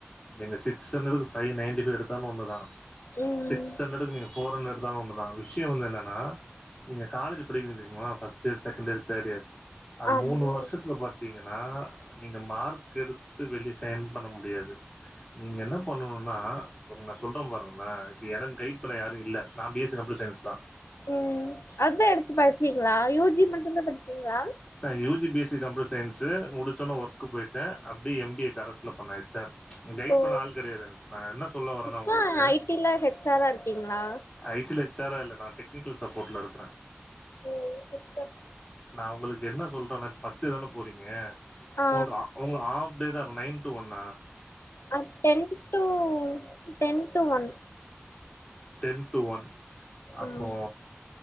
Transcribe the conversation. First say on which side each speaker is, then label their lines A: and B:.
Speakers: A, on the left; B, on the left.
A: நீங்க சிக்ஸ் ஹண்ட்ரட்க்கு ஃபைப் நைன்ட்டி ஃபைவ் எடுத்தாலு ஒண்ணு தா
B: ம்
A: சிக்ஸ் ஹண்ட்ரட்க்கு நீங்க ஃபோர் ஹன்ட்ர்டு எடுத்தாலு ஒன்னு தா விஷ்யோ வந்து என்னன்னா நீங்க காலேஜூ படிக்றீங்க தெரிமா ஃபஸ்ட் இயர் செகண்ட் இயர் தேடு இயர் அது
B: ஆமா
A: மூனு வர்ஷத்ல பாத்தீங்கனா நீங்க மார்க் எடுத்து வெளிய சைன் பண்ண முடியாது நீங்க என்ன பண்ணணுனா இப்போ உன்ன சொல்ற பாருங்ளே இப்ப எனக்கு கைட் பண்ண யாரு இல்ல நா பி எஸ் சி கம்ப்யூட்டர் சயின்ஸ்தா
B: ம் அதா எடுத்து படிச்சீங்ளா யூ ஜி மட்டுந்தா படிச்சீங்ளா
A: நா U G B S C computer science முடிச்சொன்ன ஒர்க்கு போயிட்டே அப்டியே எம் பி ஏ கரஸ்ல பண்ணே ஹெச் ஆர் கைட்
B: ஓ
A: பண்ண ஆள் கெடையாது எனக்கு நா என்ன சொல்ல வரனா
B: இப்ப
A: உங்களுக்கு
B: ஐ டி ல ஹெச் ஆரா இருக்கீங்களா
A: ஐ டி ல ஹச் ஆர் ரா இல்ல நா டெக்னிக்கல் சப்போர்ட்ல இருக்றே
B: ஓ சிஸ்டம்
A: நா உங்களுக்கு என்ன சொல்றேனா இப்ப ஃபர்ஸ்ட் இயர் தான போறீங்க
B: ஆ
A: உங்கள்ர உங்க ஹாஃப் டே தா இருக்கு நைன் டு ஒன்னா
B: அ ten to ten to one
A: ten to one அப்போ
B: ம்